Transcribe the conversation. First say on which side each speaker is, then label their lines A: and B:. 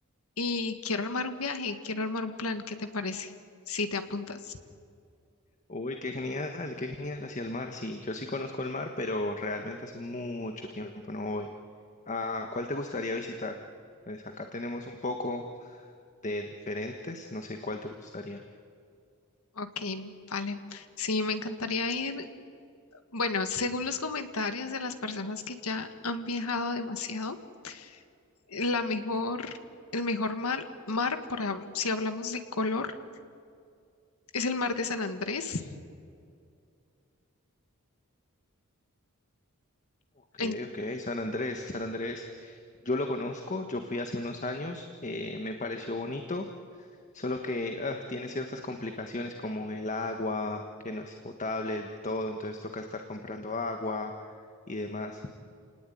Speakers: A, on the left (about 85°); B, on the left (about 35°).
A: y quiero armar un viaje, quiero armar un plan. ¿Qué te parece? Si te apuntas.
B: Uy, qué genial, qué genial hacia el mar. Sí, yo sí conozco el mar, pero realmente hace mucho tiempo no voy. ¿A cuál te gustaría visitar? Pues acá tenemos un poco de diferentes, no sé cuál te gustaría.
A: Ok, vale. Sí, me encantaría ir. Bueno, según los comentarios de las personas que ya han viajado demasiado, la mejor, el mejor mar, mar por, hab- si hablamos de color, es el mar de San Andrés.
B: Ok,
A: En-
B: ok, San Andrés, San Andrés. Yo lo conozco, yo fui hace unos años, eh, me pareció bonito, solo que ah, tiene ciertas complicaciones como el agua, que no es potable del todo, entonces toca estar comprando agua y demás.